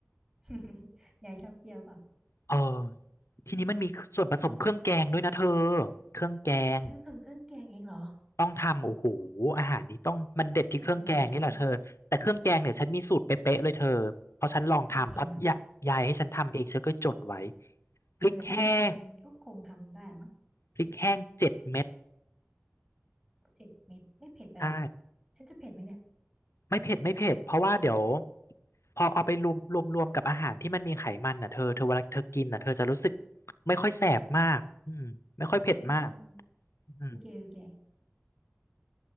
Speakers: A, on the right; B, on the left.
A: <laughs> ยายชอบเปรี้ยวเปล่า
B: เออทีนี้มันมีส่วนผสมเครื่องแกงด้วยนะเธอเครื่องแกง
A: ฉันต้องทำเครื่องแกงเองเหรอ
B: ต้องทำโอ้โหอาหารนี้ต้องมันเด็ดที่เครื่องแกงนี่แหละเธอแต่เครื่องแกงเนี่ยฉันมีสูตรเป๊ะๆเลยเธอเพราะฉันลองทำเพราะยายายให้ฉันทำเองฉันก็จดไว้
A: โอ้โหโอเคมามา
B: พริกแห้ง
A: เออถ้ามีสูตรฉันก็คงทำได้ละมั้ง
B: พริกแห้งเจ็ดเม็ด
A: เจ็ดเม็ดไม่เผ็ดไปหรอ
B: ใช่
A: ฉันจะเผ็ดไหมเนี่ย
B: ไม่เผ็ดไม่เผ็ดเพราะว่าเดี๋ยวพอเอาไปรวมรวมรวมกับอาหารที่มันมีไขมันน่ะเธอเธอเวลาเธอกินน่ะเธอจะรู้สึกไม่ค่อยแสบมากอืมไม่ค่อยเผ็ดมาก
A: อืมโอเคโอเค
B: อืม